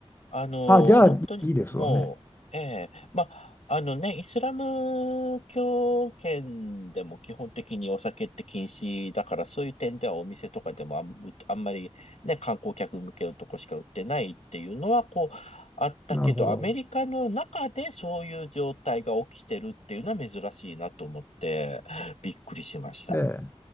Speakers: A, on the left; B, on the left.
A: あのー本当に、
B: あ、じゃあいいですわね。
A: もう、ええまあ、あのね、イスラム教圏でも基本的にお酒って禁止だから、そういう点ではお店とかでもあん、あんまりね、観光客向けのとこしか売ってないっていうのは、こう、あったけど、
B: なるほど。
A: アメリカの中でそういう状態が起きてるっていうのは珍しいなと思って、びっくりしました。
B: ええ。